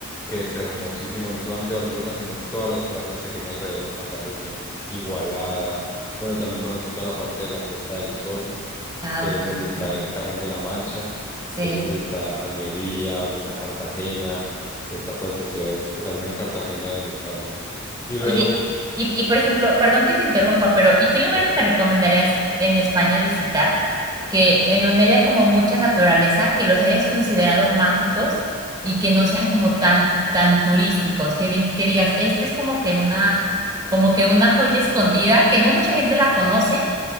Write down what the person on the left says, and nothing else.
que es hermosísimo, no solamente Barcelona, sino todas las playas que tiene alrededor Cataluña, Igualada. Bueno, también conocí toda la parte de la Costa del Sol
que
es donde está
el Canal de la Mancha,
que es donde está Almería, donde está Cartagena, donde está todas esas ciudades, que también hay en Cartagena en España. Y
luego,
tranquilo,
sí.